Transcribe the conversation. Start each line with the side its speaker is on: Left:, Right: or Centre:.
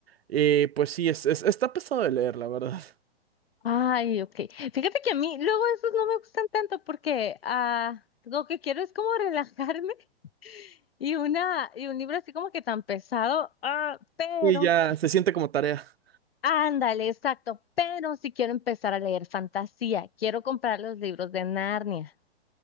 Right: Eh, pues sí, es, es- está pesado de leer, la verdad. <laughs>
Left: Ay, ok. Fíjate que a mí luego esos no me gustan tanto porque ah, lo que quiero es como <laughs> relajarme y una y un libro así como que tan pesado. Ah, pero,
Right: Y ya se siente como tarea.
Left: ándale, exacto. Pero si quiero empezar a leer fantasía, quiero comprar los libros de Narnia.